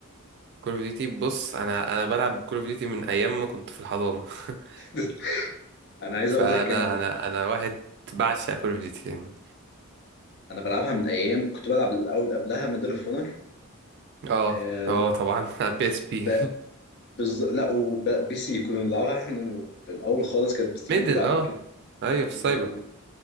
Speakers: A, on the right; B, on the left.
A: كول أوف ديوتي بص أنا أنا بلعب كول أوف ديوتي من أيام ما كنت في الحضانة <laughs>
B: <laughs> انا عايز
A: فأنا
B: اقول لك انا
A: أنا أنا واحد بعشق كول أوف ديوتي يعني
B: انا بلعبها من ايام كنت بلعب الاول قبلها ميدل اوف اونر
A: أه
B: آه
A: أه طبعا <laughs> على بي إس بي
B: ب... بز... لا وبي سي كنا بنلعبها احنا في الاول خالص كانت بي سي
A: ميدل
B: وبعد
A: <laughs> أه
B: كده
A: أيوة في
B: و-
A: السايبر